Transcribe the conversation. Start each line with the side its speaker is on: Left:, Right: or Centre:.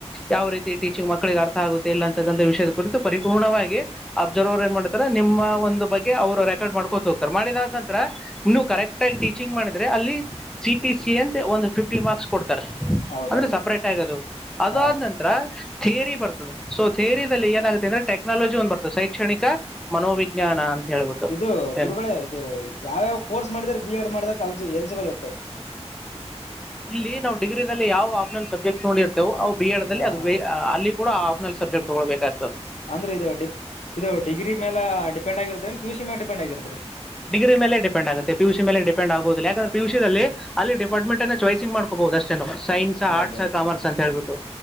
Centre: ಯಾವ ರೀತಿ ಟೀಚಿಂಗ್ ಮಕ್ಕಳಿಗೆ ಅರ್ಥ ಆಗುತ್ತೆ ಇಲ್ಲ ಅಂತಕ್ಕಂಥ ವಿಷಯದ ಕುರಿತು ಪರಿಪೂರ್ಣವಾಗಿ ಅಬ್ಸರ್ವರ್. ಮಾಡ್ತಾರೆ ನಿಮ್ಮ ಒಂದು ಬಗ್ಗೆ ಅವರು ರೆಕಾರ್ಡ್ ಮಾಡ್ಕೊತ ಹೋಗ್ತಾರೆ ಮಾಡಿದಾದ ನಂತರ ನೀವು ಕರೆಕ್ಟ್ ಆಗಿ ಟೀಚಿಂಗ್ ಮಾಡಿ. ಇದ್ರೆ ಅಲ್ಲಿ ಸಿಟ ಸಿ ಅಂತ ಒಂದು ಫಿಫ್ಟಿ ಮಾರ್ಕ್ಸ್ ಕೊಡ್.
Left: ಹೌದೌದ್ರಿ
Centre: ಅಂದ್ರೆ ಸಪ್ರೇಟ್ ಆಗದು ಅದಾದ್
Left: ಹಾ ರೀ
Centre: ನಂತರ. ಥೇರಿ ಬರ್ತದೆ ಸೊ ಥೇರಿಲ್ಲಿ ಏನಾಗುತ್ತೆ ಅಂದ್ರೆ ಟೆಕ್ನಾಲಜಿ ಒಂದ್ ಬರ್ತದೆ ಶೈಕ್ಷಣಿಕ ಮನೋವಿಜ್ಞಾನ ಅಂತ ಹೇಳ್ಬಿಟ್ಟು
Left: ಇದು
Centre: ಏನು
Left: ಗುರುಗಳೇ ಇದು ಯಾವ್ಯಾವ ಕೋರ್ಸ್ ಮಾಡಿದರೆ ಬಿ ಎಡ್ ಮಾಡಿದಲ್ಸ ಎಲ್ಸಿಬಲ್ ಇರ್ತಾರೆ
Centre: ಇಲ್ಲಿ ನಾವು ಡಿಗ್ರಿಲ್ಲಿ ಯಾವ್ ಆಪ್ನಲ್ ಸಬ್ಜೆಕ್ಟ್ ನೋಡಿ ಇರ್ತೇವು ಅವು ಬಿ ಎಡ್ಲ್ಲಿ
Left: ಹಾ
Centre: ಅದು
Left: ಹಾ
Centre: ಅಲ್ಲಿ ಕೂ ಆ್ಲ್ ಸಬ್ಜೆಟ್ ತಗೊಬೇಕೇಕ್ತದೆ
Left: ಅಂದ್ರೀ ಇದು ಡಿ ಇದು ಡಿಗ್ರಿ ಮೇಲೆ ಡಿಪೆಂಡ್ ಆಗಿರ್ತರಿ ಪಿಯುಸಿಮೇಲೆ ಡಿಪೆಂಡ್ ಆಗಿರ್ತ್ರಿ.
Centre: ಡಿಗ್ರಿೇಲೆ ಡಿಪೆಂಡ್ ಆುತ್ತೆ ಪುಸ ಮೇಲೆ ಡೆೆಂಡ್ ಆಗಹುದು ಯಾಕ್ರೆ ಪಿಯುಸಿಯಲ್ಲಿ ಅಲ್ಲಿಡಿಪೆ. ಬ್ಮಂಟ ಚಾಯ್ಂಗ್ಬಹಷ್ಟ. ಸೈನ್ಸ್
Left: ಹೌದೌದು
Centre: ಆರ್ಟ್ಸ್ ಕಾಮರ್ಸ್ ಅಂತ ಹೇಳ್ಬಿಟ್ಟು